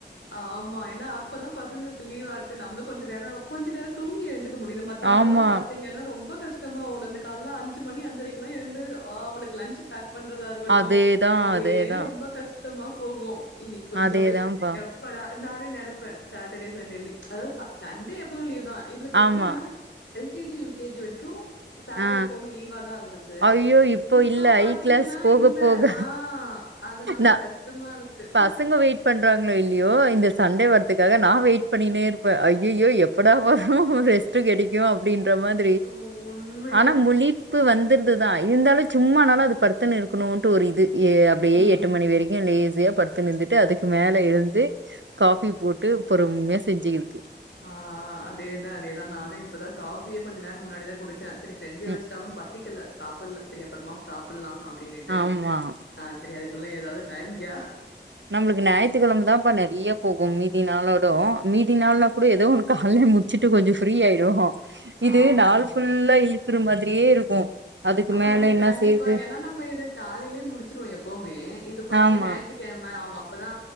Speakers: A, on the left; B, on the right.
A: ஆமா ஏன்னா அப்பதா பசங்களுக்கு லீவா இருக்கு நம்ளு கொஞ்ச நேர கொஞ்ச நேர தூங்கி எழுந்துச்சு முடியுது மத்த நாள்ல்லா
B: ஆமா
A: பாத்தீங்கன்னா ரொம்ப கஷ்டமா ஓடு கால அஞ்சு மணி அஞ்சரைக்கு ல்லா எழுந்து ஆ அவளுக்கு லஞ்ச் பேக் பண்றதா இருக்கு இருக்கட்டும்
B: அதேதா
A: அப்டியே
B: அதேதா
A: ரொம்ப கஷ்டமா போகு இன்னிக்கு கொஞ்ச
B: அதேதான்ப்பா
A: அப்டியே ப்படா நானே நினைப்ப சாட்டர்டே சண்டே லிவ் அதாவது சண்டே எப்பயு லீவ் தா இவளுக்கு எப்டின்னா
B: ஆமா
A: எல்கேஜி யுகேஜி வரைக்கும் சாட்டர்டே
B: ஆ
A: எப்பவுமே லீவாதா இருந்துச்சு
B: ஐயோ இப்போ
A: இப்ப
B: இல்ல
A: பாத்தீங்கன்னா
B: ஐ கிளாஸ் போக
A: இல்ல
B: போக
A: ஆ அதனால
B: நா
A: கஷ்டமா இருக்கு
B: பசங்க வெயிட் பண்றாங்களோ இல்லயோ இந்த சண்டே வரத்துக்காக நா வெயிட் பண்ணினே இருப்ப ஐயோ எப்படா வரு ரெஸ்ட் ட்டு கெடைக்கு அப்டின்ற மாரி
A: உ உண்மை
B: ஆனால் முழிப்பு வந்துற்துதா இருந்தாலு சும்மானனாலு அது படுத்துன்னு இருக்கணுன்ட்டு ஒரு இது ஏ அப்டியே
A: ம்.
B: எட்டு மணி வரைக்கு லேஸியா படுத்துனு இருந்துட்டு அதுக்கு மேல எழுந்து காஃபி போட்டு பொறும்யா செஞ்சுக்கிற்து
A: ஆ அதேதா அதேதா நானு இப்பதா காஃபியே கொஞ்ச நேரோ முன்னாடிதா குடிச்சே சரி செஞ்சு வச்சுட்டாலு
B: ம்
A: பச பசிக்கல சாப்பட்ல சரியா அப்றமா சாப்புட்லா அப்டின்னிட்டு
B: ஆமா
A: ஆ சரி அதுக்குள்ள ஏதாவ்து டைம்‌ யா
B: நம்ளுக்கு ஞாயித்துக்கெழமதா ப்ப நறைய போகு மீதி நாளோட மீதி நாள்னா கூட ஏதோ ஒன்னு கால்லே முடிச்சுட்டு கொஞ்சோ ஃப்ரீயாயிடு இது
A: ஆமாமா.
B: நாள் ஃபுல்லா இழுக்குற மாதிரியே இருக்கு அதுக்கு மேல
A: அது
B: என்னா
A: கண்டிப்பா.
B: செய்றது
A: ஏன்னா நம்ம இது காலையிலியே முடிச்சிருவோ எப்பவுமே இது பாத்திங்ன்னா
B: ஆமா
A: ஞாயித்துக்கெழம அவுங்க அப்பதா